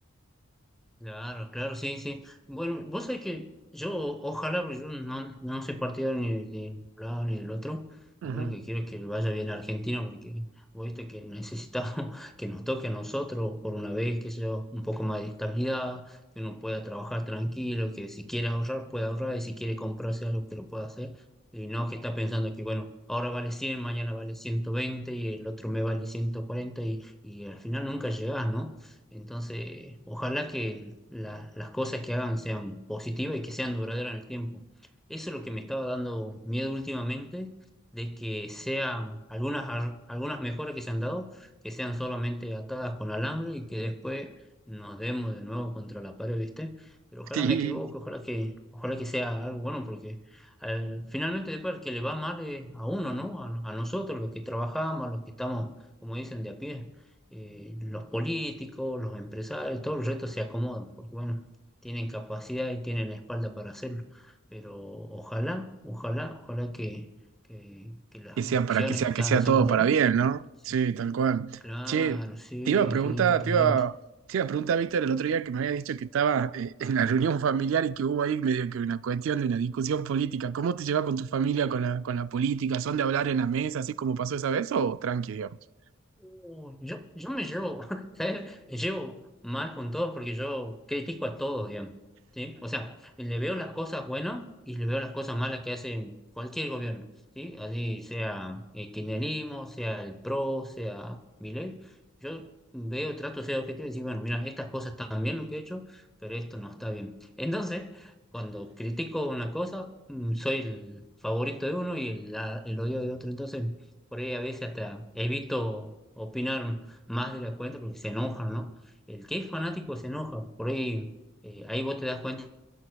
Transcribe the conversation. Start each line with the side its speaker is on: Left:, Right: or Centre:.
Centre: Claro, claro, sí, sí. Bueno, vos sabés que yo, ojalá, porque yo no, no soy partidario ni de un lado ni del otro.
Right: Ajá.
Centre: Lo único que quiero es que le vaya bien a Argentina, porque vos viste que necesitamos <laughs> que nos toque a nosotros por una vez, que sea un poco más de estabilidad, que uno pueda trabajar tranquilo, que si quiere ahorrar, pueda ahorrar, y si quiere comprarse algo, que lo pueda hacer. Y no que está pensando que, bueno, ahora vale cien mañana vale 120 y el otro me vale 140 y, y al final nunca llegás, ¿no? Entonces, ojalá que la- las cosas que hagan sean positivas y que sean duraderas en el tiempo. Eso es lo que me estaba dando miedo últimamente, de que sea algunas, ar- algunas mejoras que se han dado, que sean solamente atadas con alambre y que después nos demos de nuevo contra la pared, ¿viste? Pero ojalá
Right: Sí,
Centre: me equivoque, ojalá que, ojalá que sea algo bueno, porque al- finalmente después al que le va mal es a uno, ¿no? A, a nosotros, los que trabajamos, a los que estamos, como dicen, de a pie eh, los políticos, los empresarios, todo el resto se acomodan, porque bueno, tienen capacidad y tienen la espalda para hacerlo. Pero ojalá, ojalá, ojalá que, que, que las
Right: Que sea
Centre: acciones
Right: para que sea,
Centre: que están
Right: que sea
Centre: haciendo
Right: todo
Centre: ahora,
Right: para bien, ¿no?
Centre: sí,
Right: Sí, tal cual.
Centre: claro,
Right: Che,
Centre: sí,
Right: te iba a preguntar,
Centre: sí, totalmente.
Right: te iba, te iba a preguntar, Víctor, el otro día que me había dicho que estaba eh, <laughs> en la reunión familiar y que hubo ahí medio que una cuestión de una discusión política. ¿Cómo te llevas con tu familia con la, con la política? ¿Son de hablar en la mesa, así como pasó esa vez, o tranqui, digamos?
Centre: Uh, Yo, yo me llevo, <laughs> ¿sabes? Me llevo mal con todos porque yo critico a todos, digamos, ¿sí? O sea, le veo las cosas buenas y le veo las cosas malas que hace cualquier gobierno, ¿sí? Así sea el kirchnerismo, sea el PRO, sea Milei, yo veo, trato de ser objetivo y decir, bueno, mira, estas cosas están bien lo que he hecho, pero esto no está bien. Entonces, cuando critico una cosa, mm, soy el favorito de uno y el, la- el odio de otro, entonces por ahí a veces hasta he visto opinar más de la cuenta porque se enojan, ¿no? El que es fanático se enoja, por ahí, eh, ahí vos te das cuenta